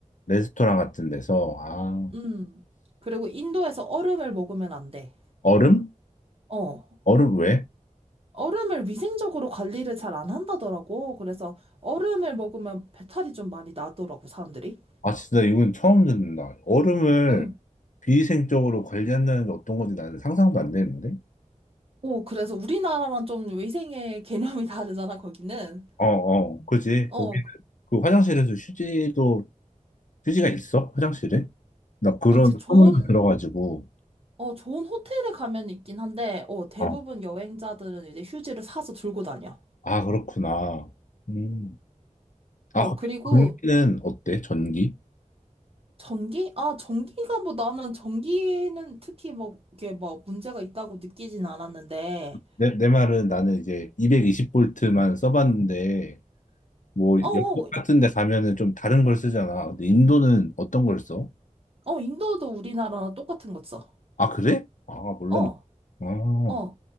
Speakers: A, on the left; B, on the right.
A: 레스토랑 같은 데서, 아,
B: 음. 그리고 인도에서 얼음을 먹으면 안 돼.
A: 얼음?
B: 어.
A: 얼음 왜?
B: 얼음을 위생적으로 관리를 잘 안 한다더라고. 그래서 얼음을 먹으면 배탈이 좀 많이 나더라고, 사람들이.
A: 아, 진짜 이건 처음 듣는다. 얼음을
B: 응.
A: 비위생적으로 관리한다는 게 어떤 건지 나는 상상도 안 되는데?
B: 어, 그래서 우리나라랑 좀 위생의 <laughs> 개념이 다르잖아, 거기는.
A: 어, 어, 그지.
B: 어,
A: 거기, 그 화장실에서 휴지도, 휴지가 있어? 화장실에? 나 그런
B: 어, 이제 좋은,
A: 소문도 들어가지고,
B: 어, 좋은 호텔에 가면 있긴 한데, 어, 대부분
A: 어,
B: 여행자들은 이제 휴지를 사서 들고 다녀.
A: 아, 그렇구나. 음. 아,
B: 어,
A: 거기
B: 그리고
A: 전기는 어때? 전기?
B: 전기? 아, 전기가 뭐 나는 전기는 특히 뭐 이게 뭐 문제가 있다고 느끼진 않았는데,
A: 내, 내 말은 나는 이제 220볼트만 써봤는데, 뭐,
B: 어, 어,
A: 영국 같은 데 가면은 좀 다른 걸 쓰잖아. 근데 인도는 어떤 걸 써?
B: 어, 인도도 우리나라랑 똑같은 거 써.
A: 아, 그래? 아, 몰랐네.
B: 어.
A: 아,
B: 어,